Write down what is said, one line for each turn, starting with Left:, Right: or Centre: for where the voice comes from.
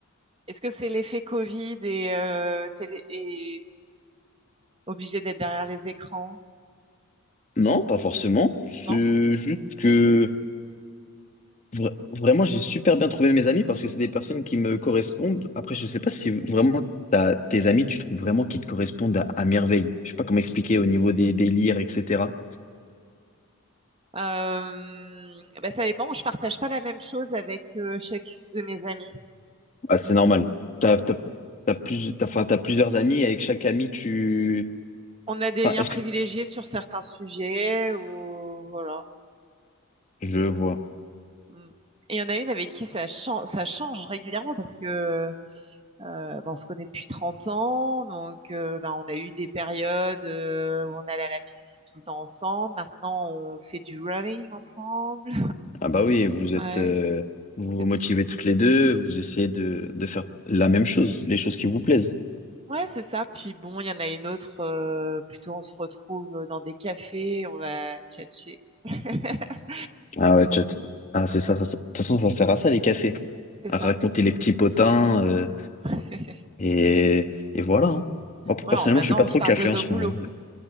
Right: Est-ce que c'est l'effet Covid et, euh, télé- et obligé d'être derrière les écrans?
Left: Non, pas forcément. C'est
Right: Non?
Left: juste que vra- vraiment, j'ai super bien trouvé mes amis parce que c'est des personnes qui me correspondent. Après, je sais pas si vraiment t'as, tes amis, tu trouves vraiment qu'ils te correspondent à, à merveille. Je sais pas comment expliquer au niveau des délires, etc.
Right: Euh, ben, ça dépend. Je partage pas la même chose avec euh, chacune de mes amies.
Left: Ah, c'est normal. T'as, t'as, t'as plus, t'as, enfin, t'as plusieurs amis, et avec chaque ami, tu...
Right: On a des
Left: Enfin,
Right: liens
Left: est-ce
Right: privilégiés
Left: que...
Right: sur certains sujets ou voilà.
Left: Je vois.
Right: Mm. Et il y en a une avec qui ça, chan- ça change régulièrement parce que Euh, ben, on se connaît depuis 30 ans, donc euh, ben, on a eu des périodes euh, où on allait à la piscine tout le temps ensemble. Maintenant, on fait du running ensemble.
Left: Ah bah oui, vous êtes...
Right: Ouais,
Left: euh, vous vous
Right: Et t-
Left: motivez toutes les deux, vous essayez de, de faire la même chose, les choses qui vous plaisent.
Right: ouais, c'est ça. Puis bon, il y en a une autre, euh, plutôt on se retrouve dans des cafés, on va tchatcher. <laughs>
Left: Ah ouais, chat. Ah, c'est ça, ça, ça. De toute façon, ça sert à ça, les cafés.
Right: C'est
Left: À
Right: ça.
Left: raconter les petits potins, euh,
Right: <laughs>
Left: et, et voilà. hein. Moi, plus
Right: Ouais,
Left: personnellement,
Right: on- maintenant,
Left: je suis pas
Right: on se
Left: trop
Right: parle
Left: café
Right: de nos
Left: en ce
Right: boulots.
Left: moment.